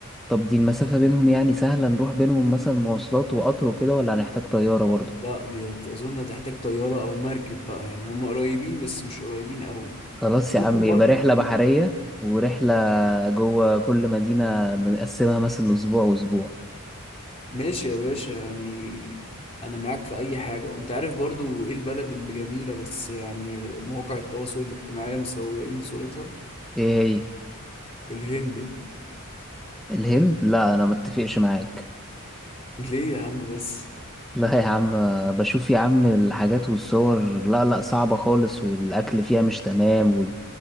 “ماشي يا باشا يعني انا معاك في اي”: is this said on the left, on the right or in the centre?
Left